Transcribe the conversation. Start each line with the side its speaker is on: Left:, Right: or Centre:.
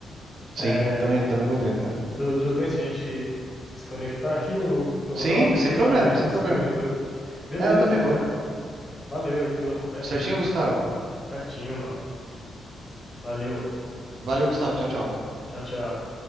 Right: Sim,
Left: É,
Right: eu também, também vou ver, cara.
Left: Tudo, tudo bem se a gente desconectar aqui? Eu, eu
Right: Sim,
Left: vou dar uma pesquisada
Right: sem problema,
Left: aqui
Right: sem
Left: nos
Right: problema.
Left: filmes e tudo. Beleza,
Right: É, eu também
Left: então,
Right: vou.
Left: cara. Valeu aí pela conversa,
Right: Certinho,
Left: viu?
Right: Gustavo.
Left: Certinho, mano. Valeu.
Right: Valeu, Gustavo. Tchau, tchau.
Left: Tchau, tchau.